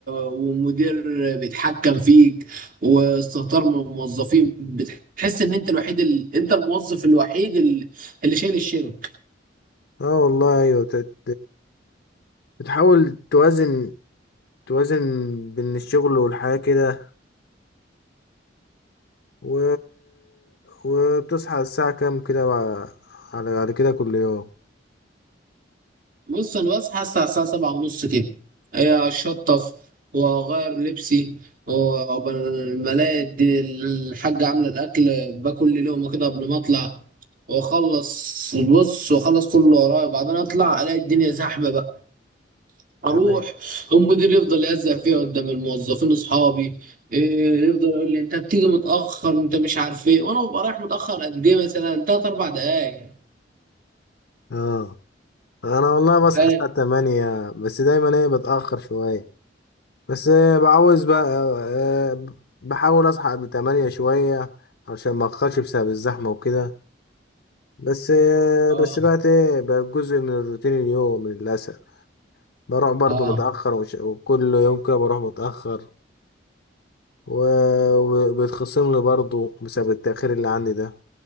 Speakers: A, on the right; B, on the left.
A: ومدير بيتحكم فيك واستهتار من الموظفين بتحس إن أنت الوحيد ال... أنت الموظف الوحيد ال- اللي شايل الشغل
B: اه والله ايوه تت... بتحاول توازن توازن بين الشغل والحياه كده و... وبتصحى الساعه كام كده بقى- على على كده كل يوم
A: بص انا بصحى الساعه الساعه سبعة ونص كده هي اشطف واغير لبسي وقبل ما الاقي الد- الحاجه عامله الاكل باكل لي لقمه كده قبل ما اطلع واخلص بص واخلص كل اللي ورايا بعدين اطلع الاقي الدنيا زحمه بقى اروح
B: أيوة.
A: المدير يفضل يهزق فيا قدام الموظفين اصحابي إيه، يفضل يقول لي انت بتيجي متاخر انت مش عارف ايه وانا ببقى رايح متاخر قد ايه مثلا تلات اربع دقايق
B: اه انا والله بصحى
A: فاهم
B: الساعة 8 بس دايما ايه بتأخر شوية بس آه، بعوز بقى آه، بحاول اصحى قبل 8 شوية عشان ما اتأخرش بسبب الزحمة وكده بس آه،
A: اه
B: بس بقى ايه بقى جزء من الروتين اليوم للأسف بروح برضو
A: اه
B: متأخر وش- وكل يوم كده بروح متأخر و- وبيتخصم لي برضو بسبب التأخير اللي عندي ده